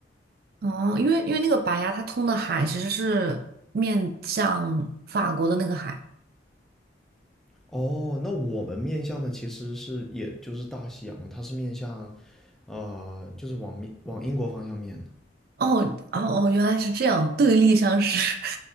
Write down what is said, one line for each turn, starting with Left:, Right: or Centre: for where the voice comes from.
Right: 哦，因为因为那个白崖它通的海其实是面向法国的那个海。
Centre: 哦，那我们面向的其实是也就是大西洋，它是面向，呃，就是往面往英国方向面的。
Right: 哦哦哦，原来是这样，对立相识。